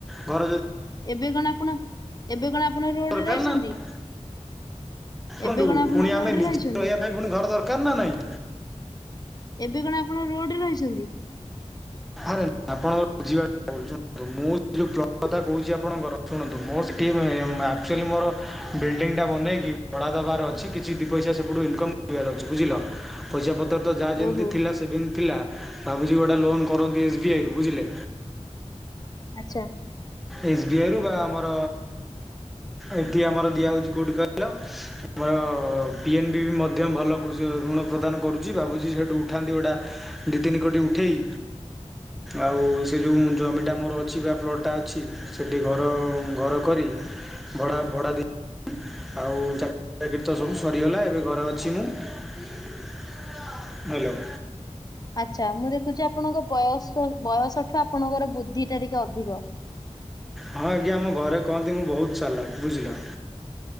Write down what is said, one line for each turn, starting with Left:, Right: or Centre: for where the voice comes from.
Centre: ଘର
Left: ଏବେ କଣ ଆପଣ ଏବେ କଣ ଆପଣ ରୋଡରେ
Centre: ହକାରନା
Left: ରହିଛନ୍ତି
Centre: <unintelligible> ଶୁଣନ୍ତୁ,
Left: ଏବେ କଣ ଆପଣ
Centre: ଫୁଣି
Left: ରୋଡରେ
Centre: ଆମେ ନିଜେ
Left: ରହିଛନ୍ତି?
Centre: ରହିବା ପାଇଁ ଫୁଣି ଘର ଦରକାର ନା ନାହିଁ?
Left: ଏବେ କଣ ଆପଣ ରୋଡରେ ରହିଚନ୍ତି?
Centre: ଆରେ ଆପଣ ଝିଅ ମୁଁ <inaudible> ଯେଉଁ ଫଲ୍ଟ କଥା କହୁଛି ଆପଣଙ୍କର ଶୁଣନ୍ତୁ। ମୋ ସିକ୍ମ ଆକ୍ଚୁଆଲି ମୋର ବିଲ୍ଡିଙ୍ଗଟା ବନେଇକି ଚଢ଼ା ଦେବାର ଅଛି। କିଛି ଦିଇ ପଇସା ସେପଟୁ ଇନକମ୍ କରିବାର ଅଛି ବୁଝିଲ। ପଇସା ପତ୍ର ତ ଯାହା ଯେମିତି
Left: ଓହୋ
Centre: ଥିଲା ସେଭିଙ୍ଗ ଥିଲା। ଭାବୁଛି ଗୋଟା ଲୋନ୍ କରନ୍ତି ଏସ୍ ବି ଆଇରୁ ବୁଝିଲେ?
Left: ଆଚ୍ଛା।
Centre: ଏସ୍ ବି ଆଇରୁୁ ବା ଆମର ଏଠି ଆମର ଦିଆହଉଛି କେଉଠି କହିଲ? ଆମର ପିଏନ ବି ବି ମଧ୍ୟ ଭଲ ଋଣ ପ୍ରଦାନ କରୁଛି। ଭାବୁଛି ସେଠୁ ଉଠାନ୍ତି ଗୋଟା ଦୁଇ ତିନି କୋଟି ଉଠେଇ। ଆଉ ସେ ଯେଉଁ ଜମିଟା ମୋର ଅଛି ବା ପ୍ଲଟ୍ଟା ଅଛି। ସେଠି ଘର ଘର କରି ଭଡା ଭଡା ଦେଇ ଆଉ ଚାକିରି ବାକିରି ତ ସବୁ ସରିଗଲା। ଏବେ ଘରେ ଅଛି ମୁଁ। ହ୍ୟାଲୋ।
Left: ଆଚ୍ଛା! ମୁଁ ଦେଖୁଛି ଆପଣଙ୍କ ବୟସ ବୟସ ଠୁ ଆପଣଙ୍କର ବୁଦ୍ଧି ଟା ଟିକେ ଅଧିକ।
Centre: ହଁ ଆଜ୍ଞା ମୋ ଘରେ କହନ୍ତି ମୁଁ ବହୁତ ଚାଲାକ୍। ବୁଝିଲ?